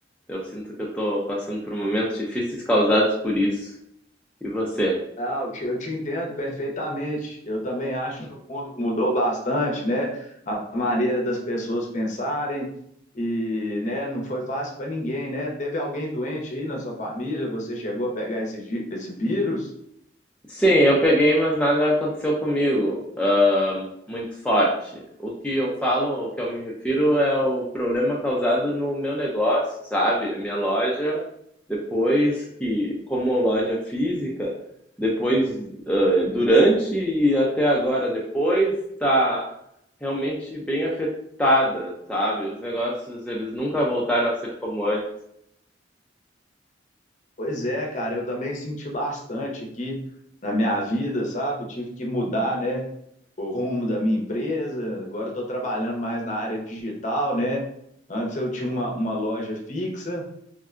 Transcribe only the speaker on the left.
Ah, eu te, eu te entendo perfeitamente. Eu também acho que o mundo mudou bastante, né? A maneira das pessoas pensarem e, né, não foi fácil para ninguém, né? Teve alguém doente aí na sua família? Você chegou a pegar esse, gi- esse vírus?
Pois é, cara, eu também senti bastante aqui na minha vida, sabe? Tive que mudar, né? o rumo da minha empresa. Agora estou trabalhando mais na área digital, né? Antes eu tinha uma, uma loja fixa